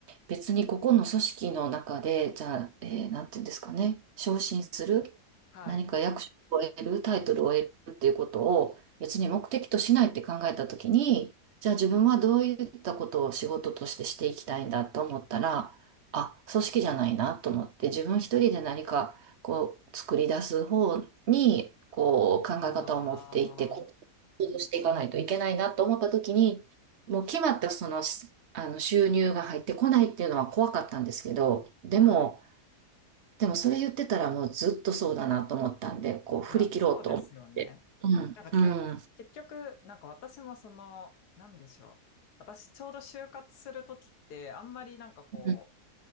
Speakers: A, on the right; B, on the left.
A: 別にここの組織の中で、じゃあ、えーなんていうんですかね、昇進する、
B: はい。
A: 何か役職を得る、タイトルを得るっていうことを別に目的としないって考えたときに、じゃあ自分はどういったことを仕事としてしていきたいんだと思ったら、あ、組織じゃないなと思って、自分一人で何かこう作り出す方に、こう考え方を持っていって、
B: あ
A: 行行動していかないといけないなと思った時に、もう決まったその、しあの収入が入ってこないっていうのは怖かったんですけど、でも、
B: ー、はい。
A: でもそれ言ってたらもうずっとそうだなと思ったんで、こう振り切ろうと思って。
B: いや、そうですよね。
A: うん、
B: なんかけ、
A: うん、
B: 結局、なんか私もその、なんでしょう。私ちょうど就活するときって、あんまりなんかこ
A: うん、